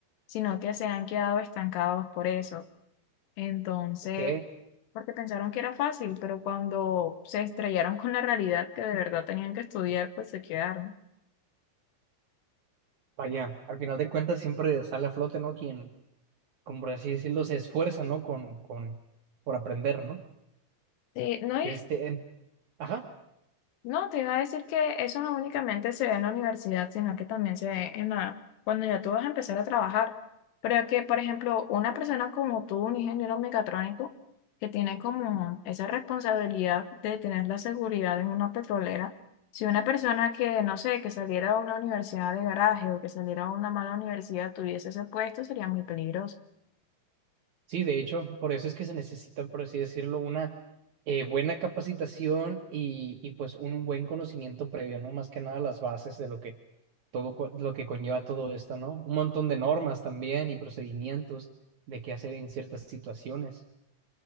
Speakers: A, on the left; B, on the right.
A: sino que se han quedado estancados por eso. Entonces,
B: ok,
A: porque pensaron que era fácil, pero cuando se estrellaron con la realidad que de verdad tenían que estudiar, pues se quedaron.
B: vaya, al final de cuentas siempre sale a flote, ¿no? Quien, como por así decirlo, se esfuerza, ¿no? Con, con, por aprender, ¿no?
A: Sí, no es.
B: de este, en- ajá,
A: No, te iba a decir que eso no únicamente se ve en la universidad, sino que también se ve en la, cuando ya tú vas a empezar a trabajar. Pero que, por ejemplo, una persona como tú, un ingeniero mecatrónico, que tiene como esa responsabilidad de tener la seguridad en una petrolera, si una persona que, no sé, que saliera de una universidad de garaje o que saliera de una mala universidad tuviese ese puesto, sería muy peligroso.
B: sí, de hecho, por eso es que se necesita, por así decirlo, una eh, buena capacitación y, y pues un buen conocimiento previo, ¿no? Más que nada las bases de lo que todo co- lo que conlleva todo esto, ¿no? Un montón de normas también y procedimientos de qué hacer en ciertas situaciones.